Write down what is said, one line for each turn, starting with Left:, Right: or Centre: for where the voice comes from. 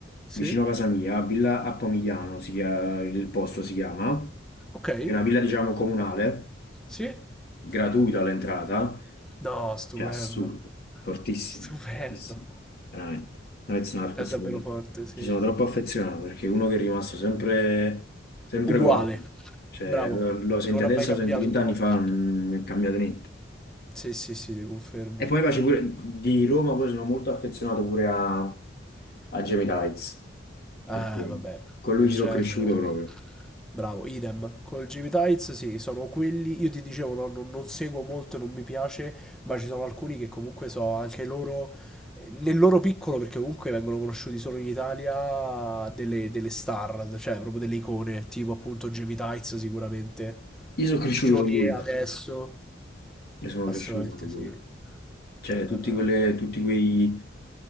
Centre: Sì?
Left: vicino a casa mia, Villa Appomigliano, si chia- il posto si chiama,
Centre: Ok?
Left: è una villa diciamo comunale,
Centre: Sì?
Left: gratuita all'entrata,
Centre: No, stupendo.
Left: è assurdo, fortissimo,
Centre: Stupendo.
Left: fortissimo, veramente. Noyz Narcos,
Centre: È davvero
Left: eh,
Centre: forte, sì.
Left: ci sono troppo affezionato perché è uno che è rimasto sempre, sempre
Centre: Uguale.
Left: uguale, cioè,
Centre: Bravo.
Left: lo lo senti
Centre: Non
Left: adesso,
Centre: ha mai cambiato
Left: lo senti vent'anni
Centre: troppo.
Left: fa, non è cambiato niente.
Centre: Sì, sì, sì, ti confermo.
Left: E poi mi piace pure di Roma, poi sono molto affezionato pure a, a Jamie Tides,
Centre: Eh,
Left: perché
Centre: vabbè,
Left: con lui
Centre: il
Left: ci
Centre: Genoa.
Left: sono cresciuto proprio.
Centre: Bravo, idem. Col Jimmy Tights, sì, sono quelli. Io ti dicevo, no, non, non seguo molto, non mi piace, ma ci sono alcuni che comunque so anche loro, eh, nel loro piccolo, perché comunque vengono conosciuti solo in Italia, delle, delle star, cioè proprio delle icone, tipo appunto Jimmy Tights sicuramente.
Left: Io sono cresciuto
Centre: Johnny
Left: con lui,
Centre: adesso.
Left: io sono
Centre: Assolutamente
Left: cresciuto con lui.
Centre: sì. Eh, eh,
Left: Cioè,
Centre: eh.
Left: tutti, quelle, tutti, quei,